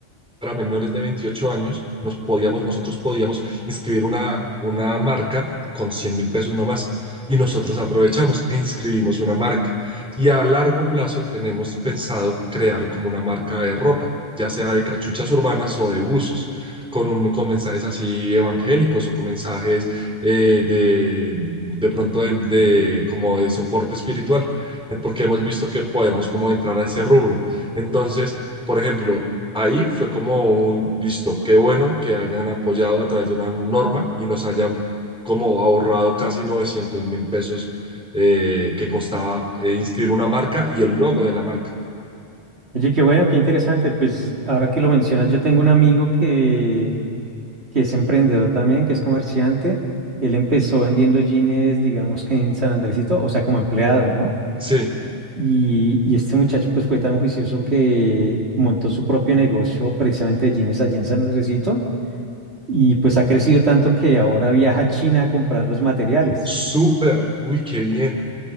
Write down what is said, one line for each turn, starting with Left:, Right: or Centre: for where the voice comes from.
Centre: para menores de 28 años, nos podíamos, nosotros podíamos inscribir una, una marca con cien mil pesos no más Y nosotros aprovechamos e inscribimos una marca. Y a largo plazo tenemos pensado crear como una marca de ropa, ya sea de cachuchas urbanas o de buzos, con, un- con mensajes así evangélicos o con mensajes eh, de, de pronto de, de- como de soporte espiritual, eh, porque hemos visto que podemos como entrar a ese rubro. Entonces, por ejemplo, ahí fue como un listo, qué bueno que hayan apoyado a través de una norma y nos hayan como ahorrado casi 900 mil pesos eh, que costaba eh, inscribir una marca y el logo de la marca.
Right: Oye, qué bueno, qué interesante. Pues ahora que lo mencionas, yo tengo un amigo que, que es emprendedor también, que es comerciante. Él empezó vendiendo jeans, digamos que en San Andresito, o sea, como empleado, ¿no?
Centre: Sí,
Right: Y, y este muchacho pues fue tan juicioso que montó su propio negocio precisamente de jeans allá en San Andresito y pues ha crecido tanto que ahora viaja a China a comprar los materiales.
Centre: súper, uy, qué bien.